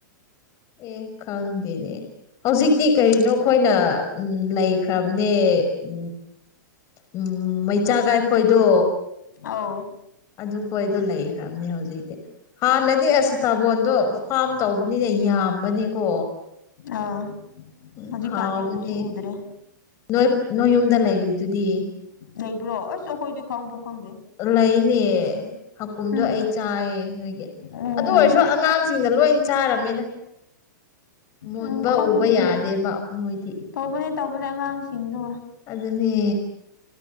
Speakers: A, on the left; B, on the left.
A: ꯑꯦ ꯈꯪꯗꯦꯅꯦ ꯍꯧꯖꯤꯛꯇꯤ ꯀꯔꯤꯅꯣ ꯑꯩꯈꯣꯏꯅ ꯎꯝ ꯂꯩꯈ꯭ꯔꯕꯅꯦ ꯎ ꯎꯝ ꯃꯩꯆꯥꯒ ꯑꯩꯈꯣꯏꯗꯣ
B: ꯑꯧ
A: ꯑꯗꯨꯈꯣꯏꯗꯣ ꯂꯩꯈ꯭ꯔꯕꯅꯦ ꯍꯧꯖꯤꯛꯇꯤ ꯍꯥꯟꯅꯗꯤ ꯑꯁ ꯁꯤꯇꯥꯕꯣꯟꯗꯣ ꯐꯥꯝ ꯇꯧꯕꯅꯤꯅ ꯌꯥꯝꯕꯅꯦꯀꯣ
B: ꯑꯥ
A: ꯎꯝ
B: ꯍꯧꯖꯤꯛ
A: ꯍꯥꯎꯕꯅꯦ
B: ꯀꯥꯟꯗꯤ ꯎꯁꯨ ꯎꯗꯔꯦ
A: ꯅꯣꯏ ꯅꯣꯏ ꯌꯨꯝꯗ ꯂꯩꯔꯤꯗꯨꯗꯤ
B: ꯂꯩꯕ꯭ꯔꯣ ꯑꯁ ꯑꯩꯈꯣꯏꯗꯤ ꯈꯪꯕꯨ ꯈꯪꯗꯦ
A: ꯂꯩꯅꯦ ꯍꯥꯀꯨꯝꯗꯣ
B: ꯎꯝ
A: ꯑꯩ ꯆꯥꯏꯌꯦ ꯅꯣꯏꯒꯤ
B: ꯑꯣ
A: ꯑꯗꯨ ꯑꯣꯏꯔꯁꯨ ꯑꯉꯥꯡ ꯁꯤꯡꯅ ꯂꯣꯏ ꯆꯥꯔꯝꯃꯦꯗ ꯃꯨꯣꯟꯕ
B: ꯎꯝ ꯈꯪꯗꯦꯅꯦ
A: ꯎꯕ ꯌꯥꯗꯦꯕ ꯃꯣꯏꯗꯤ
B: ꯇꯧꯕꯅꯦ ꯇꯧꯕꯅꯦ ꯑꯉꯥꯡꯁꯤꯡꯗꯨ
A: ꯑꯗꯨꯅꯦ